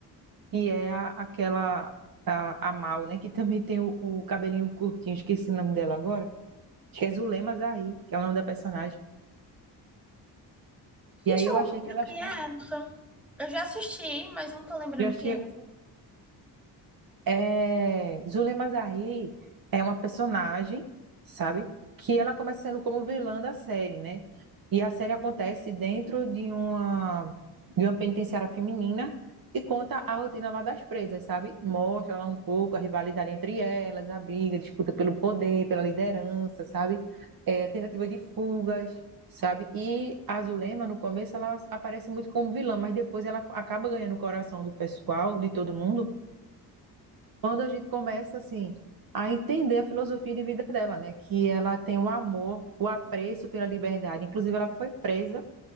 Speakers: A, on the right; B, in the centre.
A: que é a, aquela, a, a Mal, né? Que também tem o, o cabelinho curtinho, esqueci o nome dela agora. Acho que é Zulema Zahir, que é o nome da personagem.
B: Gente,
A: E aí
B: eu
A: eu
B: não
A: achei
B: lembro
A: que elas
B: quem
A: têm.
B: é essa. Eu já assisti, mas não tô lembrando
A: Já achei,
B: quem é.
A: É, Zulema Zahir é uma personagem, sabe? Que ela começa sendo como vilã da série, né? E a série acontece dentro de uma, de uma penitenciária feminina e conta a rotina lá das presas, sabe? Mostra lá um pouco a rivalidade entre elas, a briga, a disputa pelo poder, pela liderança, sabe? É, tentativa de fugas, sabe? E a Zulema, no começo, ela aparece muito como vilã, mas depois ela acaba ganhando o coração do pessoal, de todo mundo quando a gente começa assim a entender a filosofia de vida dela, né? Que ela tem o amor, o apreço pela liberdade. Inclusive, ela foi presa